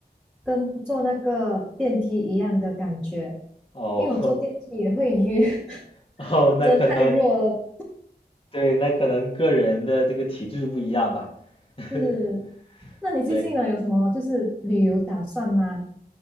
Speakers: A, in the centre; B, on the left (about 35°).
A: 跟坐那个电梯一样的感觉，
B: 哦
A: 因为我坐电梯也会晕，
B: <laughs> 哦，
A: <laughs>
B: 那可能
A: 真的太弱了，
B: 对，那可能个人的这个体质不一样吧。<laughs>
A: 是。那你最近呢有什么就是旅游打算吗？
B: 对，